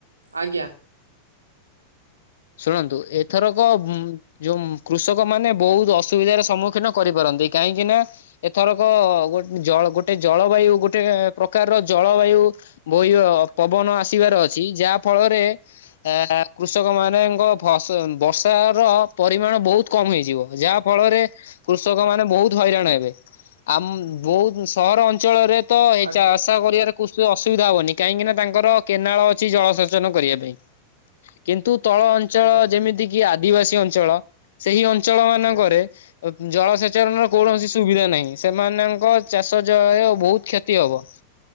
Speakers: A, on the right; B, on the left.
A: ଆଜ୍ଞା।
B: ଶୁଣନ୍ତୁ, ଏଥରକ ଉଁ ଯୋଉ, କୃଷକ ମାନେ ବହୁତ ଅସୁବିଧାର ସମ୍ମୁଖୀନ କରିପାରନ୍ତି। କାହିଁକି ନା ଏଥରକ, ଗୋଟ ଜଳ ଗୋଟେ ଜଳବାୟୁ ଗୋଟେ ପ୍ରକାରର ଜଳବାୟୁ ବୋହିବ, ପବନ ଆସିବାର ଅଛି। ଯାହା ଫଳରେ ଆ କୃଷକ ମାନ ମେଙ୍କ ଫସ ବର୍ଷା ର ପରିମାଣ ବହୁତ କମ ହେଇଯିବ। ଯାହା ଫଳରେ କୃଷକ ମାନେ ବହୁତ ହଇରାଣ ହେବେ, ଆମ ବହୁତ ସହର ଅଞ୍ଚଳରେ ତ ଏଇ
A: ଆଜ୍ଞା
B: ଚାଷ ଚାଷ କରିବାରେ କୁଷ ଅସୁବିଧା ହବନି। କାହିଁକି ନା ତାଙ୍କର କେନାଳ ଅଛି, ଜଳସେଚନ କରିବା ପାଇଁ। କିନ୍ତୁ, ତଳ ଅଞ୍ଚଳ
A: ଆଜ୍ଞା
B: ଯେମିତି କି ଆଦିବାସୀ ଅଞ୍ଚଳ, ସେଇ ଅଞ୍ଚଳ ମାନଙ୍କରେ
A: ଆଜ୍ଞା
B: ଅବ ଜଳସେଚନର କୌଣସି ସୁବିଧା ନାହିଁ। ସେମାନଙ୍କ ଚାଷ ଜୟ ବହୁତ କ୍ଷତି ହବ।